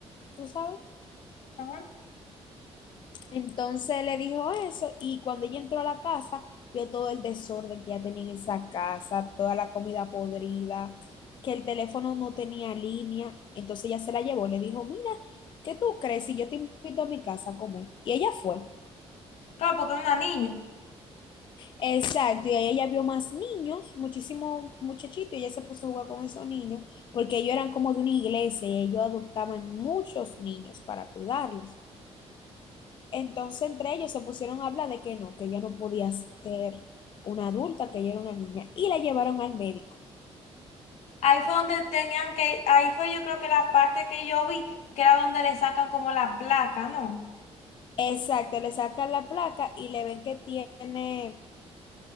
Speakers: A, on the left; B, on the left.
A: ¿tú sabes?
B: Ajá.
A: Entonces le dijo eso y cuando ella entró a la casa vio todo el desorden que ya tenía en esa casa, toda la comida podrida, que el teléfono no tenía línea, entonces ella se la llevó, le dijo, mira, ¿qué tú crees si yo te invito a mi casa a comer? Y ella fue.
B: Claro, porque era una niña.
A: Exacto, y ahí ella vio más niños, muchísimos muchachitos, y ella se puso a jugar con esos niños, porque ellos eran como de una iglesia y ellos adoptaban muchos niños para cuidarlos. Entonces entre ellos se pusieron a hablar de que no, que ella no podía ser una adulta, que ella era una niña, y la llevaron al médico.
B: Ahí fue donde tenían que... Ahí fue yo creo que la parte que yo vi, que era donde le sacan como la placa, ¿no?
A: Exacto, le sacan la placa y le ven que tiene